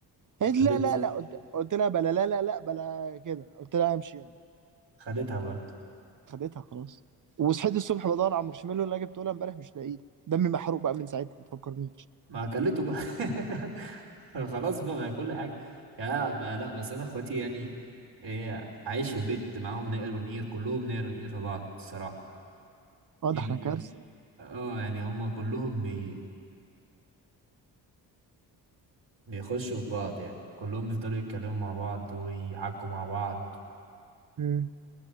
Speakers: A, on the right (about 40°); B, on the right (about 60°).
A: قالت
B: خدت
A: لي لا لا لا قلت, قلت لها بلا لا لا لا بلا كده قلت لها امشي يلا
B: خدتها برضه
A: خدتها خلاص وصحيت الصبح بدور على المارشميلو اللي انا جبته لها امبارح مش لاقيه دمي محروق بقى من ساعتها ما تفكرنيش
B: ما اكلته بقى <laughs> <laughs> خلاص بقى ما هي كل حاجة يا بقى لا بس أنا إخواتي يعني إيه عايش في البيت معاهم نقر ونقير كلهم نقر ونقير في بعض الصراحة
A: اه
B: يمكن
A: ده احنا كارثه
B: اه يعني هم كلهم بي... بيخشوا في بعض يعني كلهم بيفضلوا يتكلموا مع بعض ويحكوا مع بعض
A: امم